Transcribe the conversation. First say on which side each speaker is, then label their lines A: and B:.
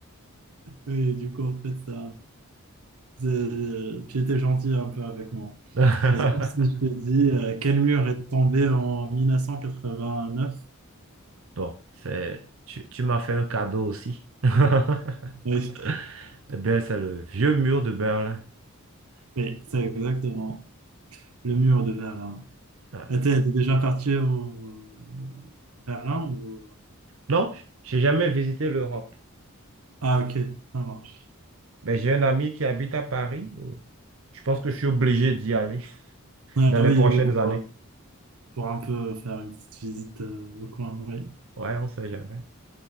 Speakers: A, on the right; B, on the right.
A: Oui, du coup, en fait, ça, c'est- tu étais gentil un peu avec moi.
B: <laughs>
A: Et donc, si je te dis, euh, quel mur est tombé en 1989?
B: Bon, c'est, tu, tu m'as fait un cadeau aussi. <laughs>
A: Oui,
B: Eh bien, c'est le vieux mur de Berlin.
A: oui, c'est exactement le mur de Berlin.
B: Ouais.
A: Et T'es t'es déjà parti au... à Berlin ou...
B: Non, j'ai jamais visité l'Europe.
A: Ah, ok, ça marche.
B: Mais j'ai un ami qui habite à Paris. Je pense que je suis obligé d'y aller <laughs>
A: Ah
B: dans les
A: oui,
B: prochaines
A: oui, pour,
B: années.
A: euh, pour un peu faire une petite visite euh, au coin, oui.
B: Ouais, on sait jamais.